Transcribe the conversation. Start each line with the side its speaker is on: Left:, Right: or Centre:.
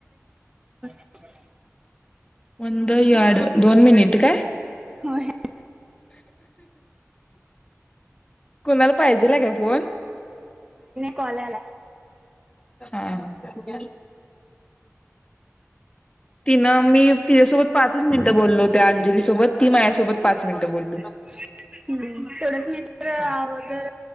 Right: <inaudible>
Left: <unintelligible> दोन मिनिट कायं?
Right: होय
Left: कुणाला पाहिजे दिला का फोन?
Right: काॅल यालाय
Left: हा. <inaudible> तिनं मी तिच्या्सोबत पाच मिनटं बोललो, त्या अंजली सोबत.
Right: <unintelligible>
Left: ती माझ्यासोबत पाच मिनिटं बोलली.
Right: हूं सोडत नाहीत खर अगोदर